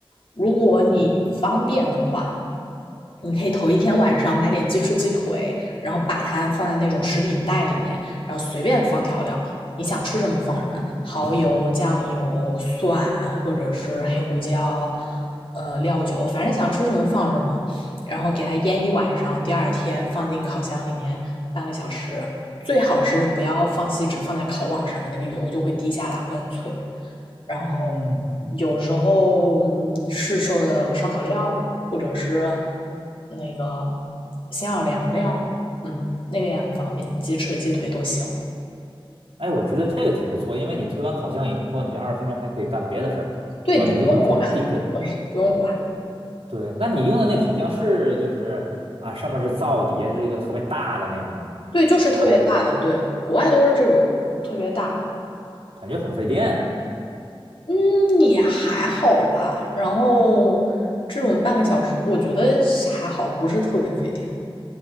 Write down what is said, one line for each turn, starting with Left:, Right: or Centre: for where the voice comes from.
Left: 如果你方便的话，
Right: 嗯
Left: 你可以头一天晚上买点鸡翅、鸡腿，然后把它放在那种食品袋里面，然后随便放调料，你想吃什么放什么，蚝油、酱油、蒜或者是黑胡椒，呃，料酒，反正想吃什么放什么，然后给它腌一晚上，第二天放进烤箱里面半个小时，最好是不要放锡纸，放在烤网上面，那个油就会滴下来，会很脆。然后
Right: 嗯，
Left: 有时候嗯市售的烧烤料，或者是那个鲜小凉料，嗯，那个也很方便，鸡翅、鸡腿都行。
Right: 哎，我觉得这个挺不错，因为你推完烤箱以后，你这二十分钟还可以干别的事儿，
Left: 对，
Right: 对吧？
Left: 你就不用管，
Right: 你不用天盯着的。
Left: 对，不用管，
Right: 对，那你用的那烤箱是就是啊，上面是灶，底下是一个特别大的那种往外一，
Left: 对，就是特别大的，对，国外都是这种特别大的，
Right: 感觉很费电啊。
Left: 嗯，也还好吧。然后这种半个小时，我觉得还好，不是特别费电。